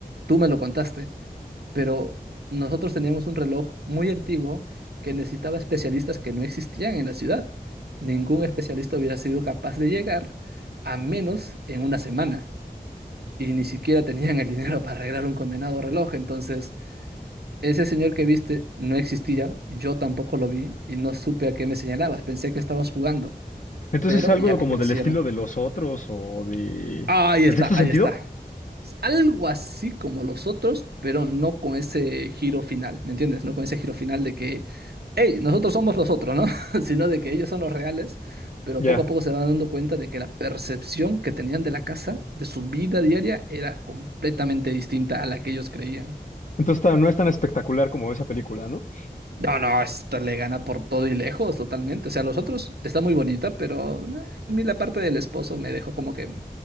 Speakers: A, on the right (about 75°); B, on the left (about 50°).
A: Tú me lo contaste. Pero nosotros teníamos un reloj muy antiguo que necesitaba especialistas que no existían en la ciudad. Ningún especialista hubiera sido capaz de llegar a menos en una semana. Y ni siquiera tenían el dinero <laughs> para arreglar un condenado reloj. Entonces... Ese señor que viste no existía, yo tampoco lo vi y no supe a qué me señalabas. Pensé que estabas jugando,
B: entonces
A: pero
B: algo
A: ya que
B: como
A: crecieron.
B: del estilo de los otros o de...
A: Ahí está,
B: ¿El sexto sentido?
A: ahí está. Es Algo así como los otros, pero no con ese giro final, ¿me entiendes? No con ese giro final de que, hey, nosotros somos los otros, ¿no? <laughs> Sino de que ellos son los reales, pero
B: Ya.
A: poco a poco se van dando cuenta de que la percepción que tenían de la casa, de su vida diaria, era completamente distinta a la que ellos creían.
B: Entonces ta- no es tan espectacular como esa película, ¿no?
A: No, no, esta le gana por todo y lejos, totalmente. O sea, los otros está muy bonita, pero eh, a mí la parte del esposo me dejó como que